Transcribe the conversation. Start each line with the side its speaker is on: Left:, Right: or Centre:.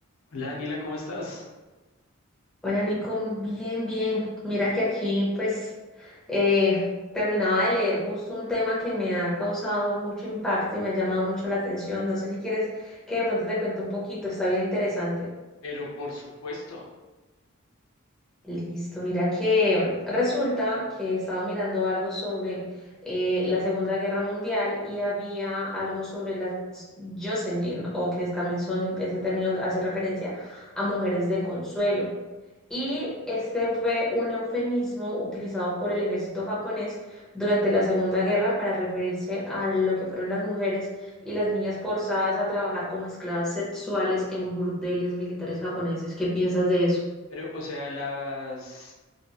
Left: Hola Daniela, ¿cómo estás?
Centre: Hola Nico, bien, bien. Mira que aquí pues eh, terminaba de leer justo un tema que me ha causado mucho impacto y me ha llamado mucho la atención. No sé si quieres que de pronto te cuente un poquito, está bien interesante.
Left: Pero por supuesto,
Centre: Listo, mira que resulta que estaba mirando algo sobre eh, la Segunda Guerra Mundial y había algo sobre las Jocelyn, o que también son, ese término hace referencia a mujeres de consuelo. Y este fue un eufemismo utilizado por el ejército japonés durante la Segunda Guerra para referirse a lo que fueron las mujeres y las niñas forzadas a trabajar como esclavas sexuales en burdeles militares japoneses. ¿Qué piensas de eso?
Left: pero o sea, las